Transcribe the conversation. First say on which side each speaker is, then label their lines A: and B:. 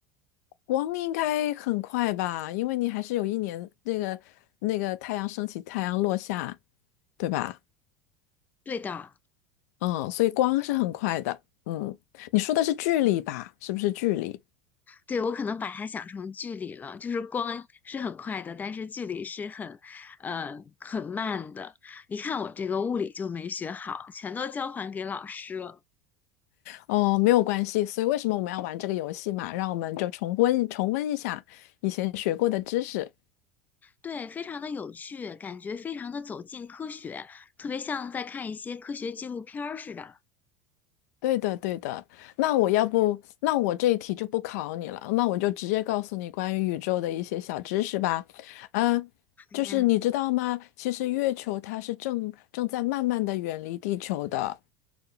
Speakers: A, on the left (about 75°); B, on the left (about 20°).
A: 光应该很快吧，因为你还是有一年那个那个太阳升起，太阳落下，对吧？
B: 对的，
A: 嗯，所以光是很快的。嗯，你说的是距离吧？是不是距离？
B: 对，我可能把它想成距离了，就是光是很快的，但是距离是很，呃，很慢的。一看我这个物理就没学好，全都交还给老师了。
A: 哦，没有关系。所以为什么我们要玩这个游戏嘛？让我们就重温重温一下以前学过的知识。
B: 对，非常的有趣，感觉非常的走近科学，特别像在看一些科学纪录片儿似的。哎
A: 对的，对的。那我要不，那我这一题就不考你了，那我就直接告诉你关于宇宙的一些小知识吧。嗯，就是你知道吗？
B: 呀，
A: 其实月球它是正正在慢慢的远离地球的。